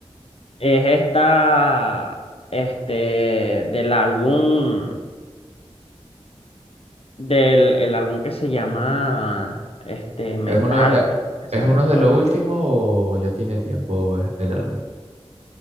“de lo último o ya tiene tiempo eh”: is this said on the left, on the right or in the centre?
Right